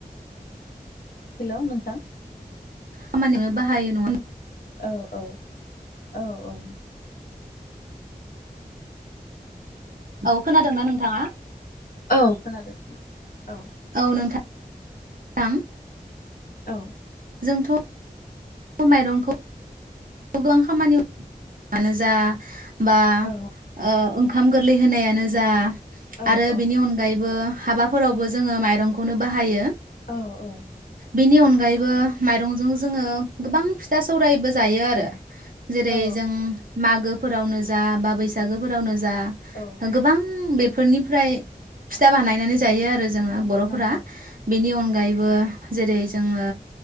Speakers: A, on the left; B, on the right.
A: हेल' नोंथां
B: खामानिबो बाहायो नङा होन‌
A: औ औ औ औ
B: औ खोनादोंना नोंथाङा?
A: औ खोनादों औ
B: औ नोंथां‌
A: औ
B: जोंथ' थ माइरंखौ गोबां खामानियाव मानो जा बा
A: औ
B: ओ ओंखाम गोरलै होनायानो जा
A: औ
B: आरो
A: औ
B: बेनि अनगायैबो हाबाफोरावबो जोङो माइरंखौनो बाहायो।
A: औ औ
B: बेनि अनगायैबो माइरंजों जोङो गोबां फिथा सौरायबो जायो आरो आरो जेरै
A: औ
B: जों मागो फोरावनो जा बा बैसागोफोरावनो ज बा
A: औ
B: ओ गोबां फोरनिफ्राय फिथा बानायनानै जायो आरो जोङो बर'फोरा
A: औ
B: बेनि अन अनगायैबो जेरै जोङो